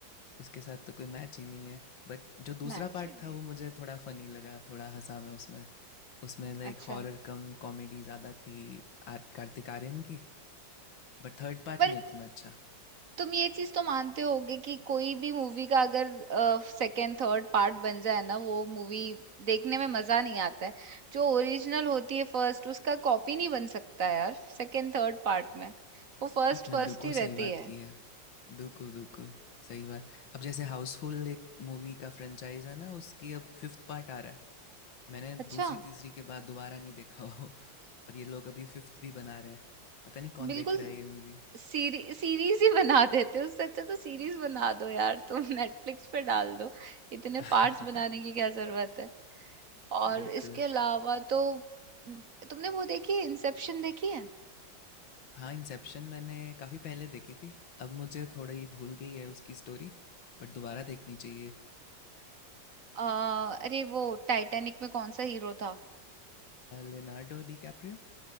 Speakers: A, on the left; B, on the right.
A: उसके साथ तो कोई मैच ही नहीं है बट जो दूसरा
B: मैच
A: पार्ट
B: ही नहीं
A: था वो मुझे थोड़ा फनी लगा थोड़ा हंसा मैं उसमें उसमें लाइक
B: अच्छा
A: हॉरर कम कॉमेडी ज़्यादा थी आर कार्तिक आर्यन की बट थर्ड पार्ट
B: पर
A: नहीं उतना अच्छा
B: तुम ये चीज तो मानते होगे कि कोई भी मूवी का अगर सेकंड थर्ड पार्ट बन जाए ना वो मूवी देखने में मजा नहीं आता है जो ओरिजिनल होती है फर्स्ट उसका कॉपी नहीं बन सकता है यार सेकंड थर्ड पार्ट में वो फर्स्ट
A: आपने
B: फर्स्ट
A: बिल्कुल
B: ही
A: सही
B: रहती
A: बात
B: है
A: की है बिल्कुल बिल्कुल सही बात अब जैसे हाउसफुल एक मूवी का फ्रेंचाइज है ना उसकी अब फिफ्थ पार्ट आ रहा है मैंने
B: अच्छा
A: दूसरी तीसरी के बाद दोबारा नहीं देखा हो और ये लोग अभी फिफ्थ भी बना रहे हैं पता नहीं कौन
B: बिल्कुल
A: देख रहा है ये मूवीज
B: सीरी सीरीज ही बना देते हो उससे अच्छा तो सीरीज बना दो यार तुम <laughs> नेटफ्लिक्स पे डाल दो इतने
A: <laughs>
B: पार्ट्स बनाने की क्या जरूरत है और
A: बिल्कुल
B: इसके अलावा तो तुमने वो देखी है इंसेप्शन देखी है
A: हाँ इंसेप्शन मैंने काफ़ी पहले देखी थी अब मुझे थोड़ी भूल गई है उसकी स्टोरी बट दोबारा देखनी चाहिए
B: अ, अरे वो टाइटैनिक में कौन सा हीरो था
A: Leonardo D Caprio